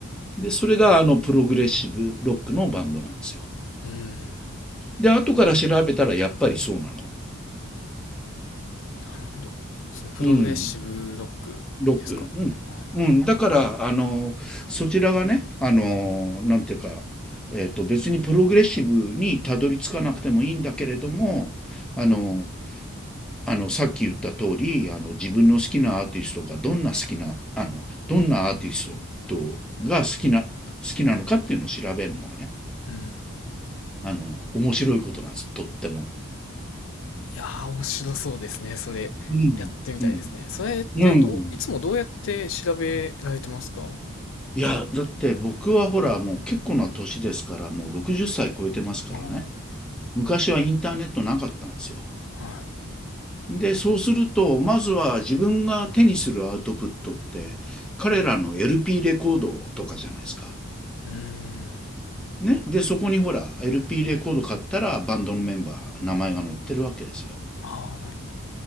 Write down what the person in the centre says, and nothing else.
で、それがあのプログレッシブロックのバンドなんですよ。
で、後から調べたらやっぱりそうなの。
うん。ロック。うん。
うん、だから、あの、そちらがね、あの、なんていうか、えっと、別にプログレッシブにたどり着かなくてもいいんだけれども、あの、あの、さっき言った通り、あの、自分の好きなアーティストがどんな好きな、あの、どんなアーティストが好きな、好きなのかっていうのを調べるのはね、
あの、面白いことなんです、とっても。
うん、
うん、
うん。
いや、だって僕はほら、もう結構な年ですから、もう60歳超えてますからね。
昔はインターネットなかったんですよ。
で、そうすると、まずは自分が手にするアウトプットって、彼らの LP レコードとかじゃないですか。
ね。で、そこにほら、LP レコード買ったら、バンドのメンバー、名前が載ってるわけですよ。